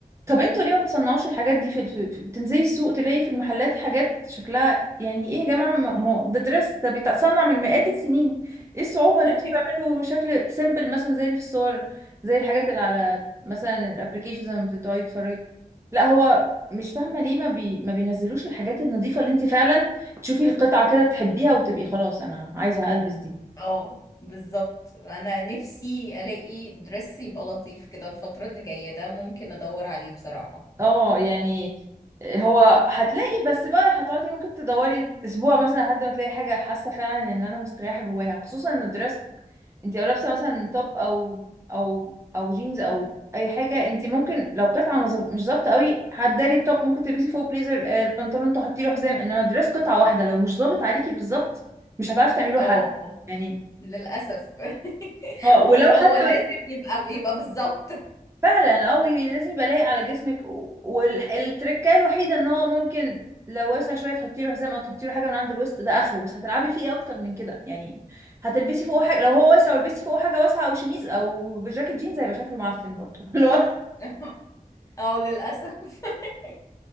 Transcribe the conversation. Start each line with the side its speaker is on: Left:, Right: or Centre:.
Right: طب انتوا ليه ما بتصنعوش الحاجات دي في, في, في بتنزلي السوق تلاقي في المحلات حاجات شكلها يعني ايه يا جماعه ما ما- ده دريس ده بيتصنع من مئات السنين ايه الصعوبه ان
Left: <laughs>
Right: انتوا تعملوا شكل سيمبل مثلا زي اللي في الصور زي الحاجات اللي على مثلا الابلكيشنز لما بتقعدي تتفرجي لا هو مش فاهمه ليه ما بي... ما بينزلوش الحاجات النظيفه اللي انت فعلا تشوفي القطعه كده تحبيها وتبقي خلاص انا عايزه البس دي
Left: اه بالظبط أنا نفسي ألاقي درس يبقى لطيف كده الفترة اللي جاية ده ممكن أدور عليه بصراحة
Right: اه يعني هو هتلاقي بس بقى هتقعدي ممكن تدوري اسبوع مثلا لحد ما تلاقي حاجه حاسه فعلا ان انا مستريحه جواها خصوصا ان الدرess انت لو لابسه مثلا توب او او او جينز او اي حاجه انت ممكن لو قطعه مز- مش ظابطه قوي هتداري التوب ممكن تلبسي فوق بليزر آه، البنطلون تحطي له حزام انما الدرس قطعه واحده لو مش ظابط عليكي بالظبط مش هتعرفي تعملي له
Left: اه
Right: حل يعني
Left: للأسف <laughs>
Right: اه
Left: هو
Right: ولو حتى
Left: هو لازم يبقى يبقى بالظبط
Right: فعلا قوي لازم يبقى لايق على جسمك والتركه الوحيده ان هو ممكن لو واسع شويه تحطي له حزام او تحطي له حاجه من عند الوسط ده اخره بس هتلعبي فيه ايه اكتر من كده يعني هتلبسي فوقه حاجه لو هو واسع ولبستي فوقه حاجه واسعه او شميز او بجاكيت جينز هيبقى شكله معفن برضه <laughs> اللي هو
Left: <laughs> اه للأسف <laughs>